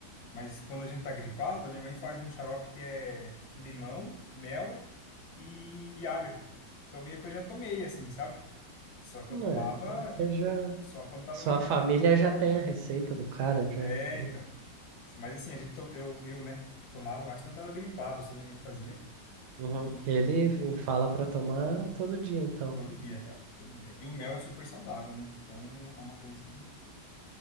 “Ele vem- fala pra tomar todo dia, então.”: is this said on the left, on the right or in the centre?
Right